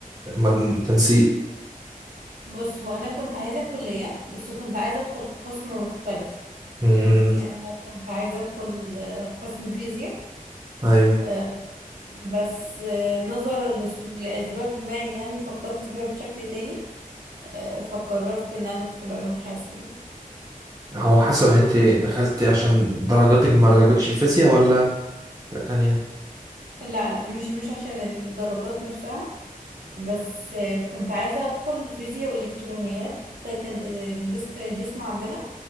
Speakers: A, on the right; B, on the right.
A: مجمو... تنسيق؟
B: بص هو انا كنت عايزة الكلية بس كنت عايزة ادخل قسم مختلف
A: امم
B: يعني انا كنت عايزة ادخل آه، قسم فيزياء
A: ايوه
B: آه، بس آه، نظرا لس- لاسباب ما يعني فكرت فيها بشكل تاني آه، فقررت ان انا ادخل علوم حاسبين
A: هو حسب انت دخلتي عشان درجاتك ما عجبتش الفيزياء ولا حاجة تانية؟
B: لا لا مش مش عشان الدرجات نفسها بس آه، كنت عايزة أدخل فيزياء وإلكترونيات ده كان آه، جس- آه، قسم عندنا